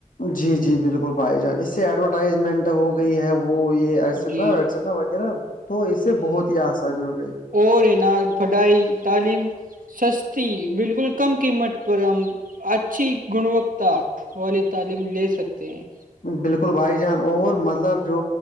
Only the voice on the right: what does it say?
جی
اور حینا پڑھائی تعلیم سستی بالکل کم قیمت پر ہم اچھی گنوکتا والی تعلیم لے سکتے ہیں